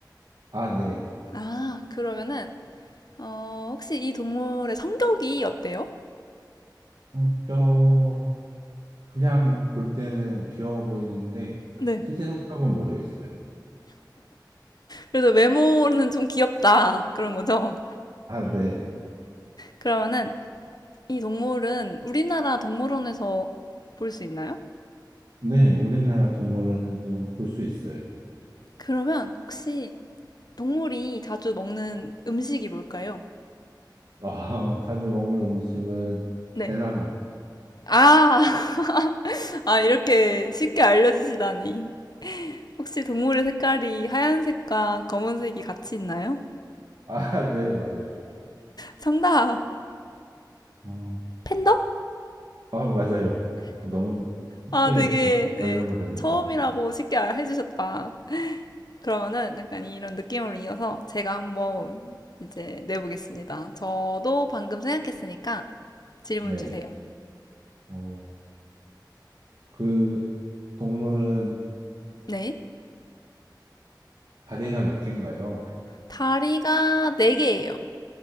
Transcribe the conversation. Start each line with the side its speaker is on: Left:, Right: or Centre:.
Right: 아, 네.
Left: 아, 그러면은 어, 혹시 이 동물의 성격이 어때요?
Right: 성격, 그냥 볼 때는 귀여워 보이는데,
Left: 네.
Right: 실제 성격은 모르겠어요.
Left: 그래도 외모는 좀 귀엽다. 그런 거죠?
Right: 아, 네.
Left: 그러면은 이 동물은 우리나라 동물원에서 볼 수 있나요?
Right: 네, 우리나라 동물원에도 볼 수 있어요.
Left: 그러면 혹시 동물이 자주 먹는 음식이 뭘까요?
Right: 아, 자주 먹는 음식은
Left: 네.
Right: 대나무예요.
Left: 아, <laughs> 아, 이렇게 쉽게 알려주시다니. 혹시 동물의 색깔이 하얀색과 검은색이 같이 있나요?
Right: 아, <laughs> 네, 맞아요.
Left: 정답!
Right: 어,
Left: 팬더?
Right: 아, 맞아요. 너무 쉽게
Left: 아, 되게,
Right: 이렇게
Left: 네,
Right: 걸려버렸네요.
Left: 처음이라고 쉽게 아- 해주셨다. 그러면은 약간 이런 느낌으로 이어서 제가 한번 이제 내보겠습니다. 저도 방금 생각했으니까 질문
Right: 네.
Left: 주세요.
Right: 어, 그 동물은
Left: 네.
Right: 다리가 몇 개인가요?
Left: 다리가 네개예요